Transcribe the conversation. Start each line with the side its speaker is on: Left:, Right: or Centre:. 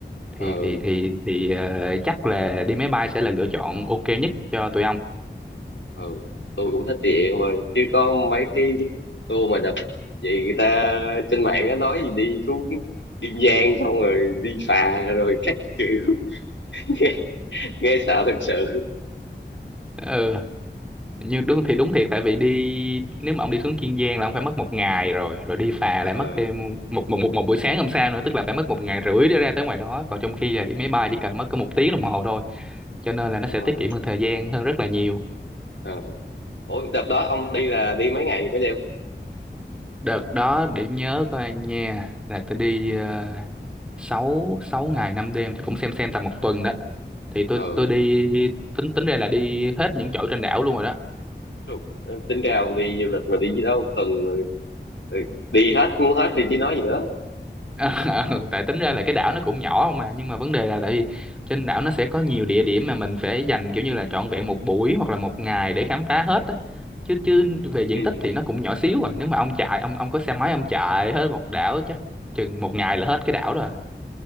Centre: thì
Left: Ừ.
Centre: thì thì thì ờ, chắc là đi máy bay sẽ là lựa chọn ok nhất cho tụi ông
Left: ừ tôi cũng thích địa em ơi chứ có mấy cái tour mà đợt vậy người ta trên mạng nó nói gì đi xuống Kiên Giang xong rồi đi phà rồi các kiểu <laughs> nghe, nghe sợ thật sự
Centre: ừ nhưng đúng thì đúng thiệt tại vì đi nếu mà ông đi xuống Kiên Giang là ông phải mất một ngày rồi rồi đi phà lại
Left: ờ
Centre: mất thêm một một một, một buổi sáng hôm sau nữa tức là phải mất một ngày rưỡi để ra tới ngoài đó còn trong khi là đi máy bay chỉ cần mất có một tiếng đồng hồ thôi cho nên là nó sẽ
Left: đúng rồi
Centre: tiết kiệm hơn thời gian hơn rất là nhiều
Left: ờ ủa đợt đó ông đi là đi mấy ngày mấy đêm
Centre: đợt đó điểm nhớ của anh nha là tôi đi uh, sáu 6 ngày 5 đêm thì cũng xem xem tầm một tuần đó thì tôi
Left: ờ
Centre: tôi đi tính tính ra là đi hết những chỗ trên đảo luôn rồi đó
Left: trục. tính ra ông đi du lịch mà đi gì đâu một tuần rồi rồi đi hết muốn hết thì chứ nói gì nữa
Centre: <laughs> Ờ, ờ, tại tính ra là cái đảo nó cũng nhỏ không mà nhưng mà vấn đề là tại vì trên đảo nó sẽ có nhiều địa điểm mà mình phải dành kiểu như là trọn vẹn một buổi hoặc là một ngày để khám phá hết á chứ chứ về diện
Left: ừ.
Centre: tích thì nó cũng nhỏ xíu à nếu mà ông chạy ông ông có xe máy ông chạy hết một đảo chắc chừng một ngày là hết cái đảo rồi